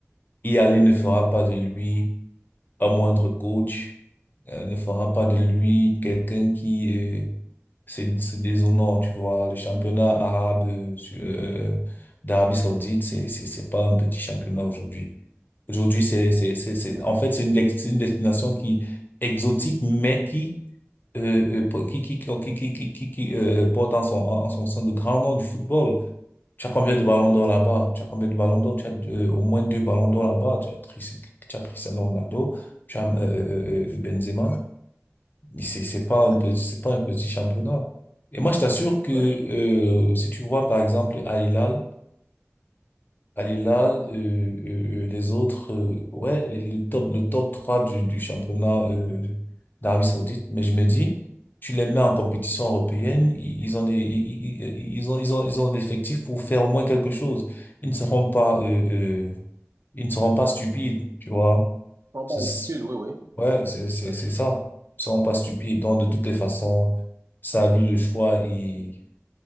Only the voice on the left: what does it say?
y aller ne fera pas de lui. un moindre coach euh, ne fera pas de lui quelqu'un qui euh, se, se déshonore, tu vois. Le championnat arabe euh, su- euh, euh, euh, d'Arabie Saoudite, c'est, c'est, c'est pas un petit championnat aujourd'hui. Aujourd'hui, c'est, c'est, c'est, c'est-
en fait, c'est une, dex- c'est une destination qui exotique, mais qui euh, euh, qui, qui, qui, qui, qui, qui, qui, euh, porte en son, en en son sein de grands noms du football. Tu as combien de ballons
d'or là-bas? Tu as combien de ballons d'or? Tu as euh, au moins deux ballons d'or là-bas. Tu as, Chris- tu as Cristiano Ronaldo, tu as euh, euh, euh, euh, Benzema. Mais C'est c'est pas
un petit, c'est pas un petit championnat. Et moi, je t'assure que
euh, si tu vois par exemple Al Hilal Al Hilal, euh, euh, euh, les autres, euh, ouais, les- le top, le top 3 du, du championnat euh, d'Arabie Saoudite. Mais je me dis, tu les mets en compétition européenne, ils, ils ont des, ils, ils- ils ont, ils ont, ils ont des effectifs pour faire au moins quelque chose. Ils ne seront pas, euh, euh, ils ne seront pas stupides, tu vois.
C'est, c'est-
ouais,
c'est, c'est,
c'est ça. Ils ne seront pas stupides. Donc, de toutes les façons, c'est à lui le choix et